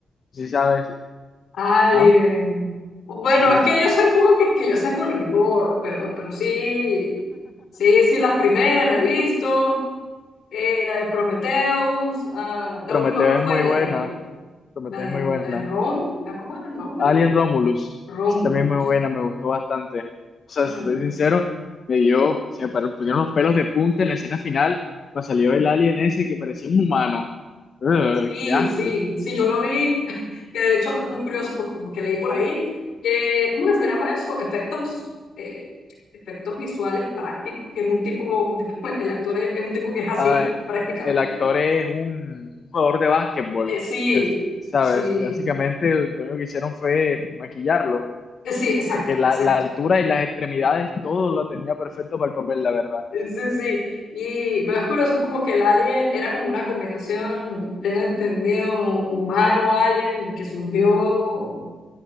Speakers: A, on the left; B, on the left.
A: si sabes.
B: Alien.
A: ¿Ah?
B: Bueno,
A: Sí, sí.
B: es que yo soy un poco quisquillosa con el gore, pero, pero sí, sí, sí, las primeras las he visto. Eh, la de Prometheus, ah, la
A: Prometeo
B: última cuál
A: es
B: fue
A: muy
B: la
A: buena.
B: de
A: Prometeo
B: la de
A: es muy buena.
B: la de Rom, ah, ¿cómo era el nombre?
A: Alien Romulus,
B: Romulus.
A: sí, también muy buena, me gustó bastante. O sea,
B: Mm.
A: si estoy sincero, me dio, se me paró- pusieron los pelos de punta en la escena final, cuando salió el alien ese que parecía un humano. Ugh,
B: Sí,
A: qué asco.
B: sí, sí, yo lo vi, <laughs> que de hecho es muy curioso por- porque leí por ahí, que, ¿cómo que se llama eso? Efectos, eh, efectos visuales prácticos, que era un tipo, un tipo- <laughs> el actor es, es un tipo que es así
A: Ah,
B: prácticamente.
A: el actor es un, un jugador de básquetbol,
B: Eh, sí,
A: que es- ¿sabes?
B: sí,
A: Que básicamente lo único que hicieron fue maquillarlo,
B: eh, sí, exacto,
A: porque la,
B: exacto.
A: la altura y las extremidades, todo lo tenía perfecto para el papel, la verdad,
B: Eh, Sí, sí, y pero es curioso, es como que el alien era como una combinación, tengo entendido, humano-alien que surgió,